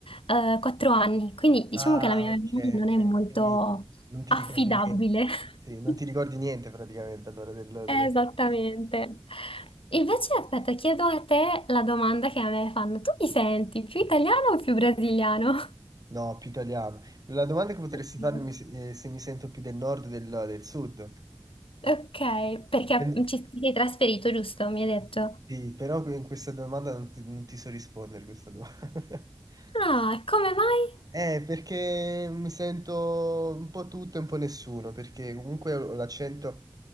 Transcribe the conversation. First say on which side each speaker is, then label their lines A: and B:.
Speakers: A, on the left; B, on the right.
A: eh, 4 anni, quindi diciamo
B: Ah,
A: che la mia
B: ok,
A: memoria non
B: ok.
A: è molto
B: Quindi non ti
A: affidabile.
B: ricordi niente. Sì, non
A: <laughs>
B: ti ricordi niente praticamente allora del, del-
A: Esattamente. Invece, aspetta, chiedo a te la domanda che a me fanno. Tu mi senti più italiano o più brasiliano?
B: No, più italiano. La domanda che potresti
A: Ok,
B: farmi eh, se mi sento più del nord o del, del sud?
A: Ok, perché
B: Eh,
A: ci ti sei trasferito, giusto? Mi hai detto.
B: sì, però in questa domanda non ti, non ti so rispondere questa domanda. <laughs>
A: Ah, come mai?
B: Eh, perché mi sento un po' tutto e un po' nessuno, perché comunque ho l'accento